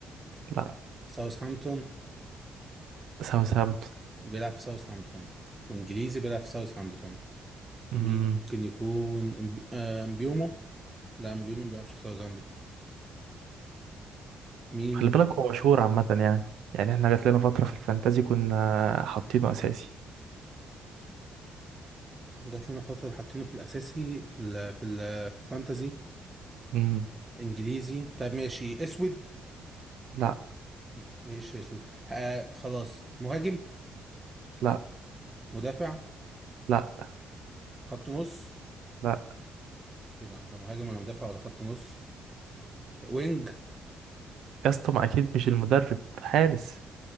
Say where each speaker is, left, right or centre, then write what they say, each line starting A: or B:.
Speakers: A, on the right; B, on the right.
A: لا
B: ساوثهامبتون
A: ساوثهامبتون
B: بيلعب في ساوثهامبتون وانجليزي بيلعب في ساوثهامبتون
A: امم
B: مين ممكن يكون إمب- آه، امبيومو لا امبيومو ما بيلعبش في ساوثهامبتون مين
A: خلي
B: ممكن
A: بالك هو مشهور عامة يعني يعني احنا جات لنا فترة في الفانتازي كنا حاطينه أساسي
B: جات لنا فترة حاطينه في الأساسي في ال في ال في الفانتازي
A: امم
B: إنجليزي طب ماشي أسود
A: لا
B: م- ماشي أسود آه خلاص مهاجم
A: لا
B: مدافع
A: لا
B: خط نص
A: لا
B: إيه ده ده مهاجم ولا مدافع ولا خط نص وينج
A: يا اسطى ما أكيد مش المدرب حارس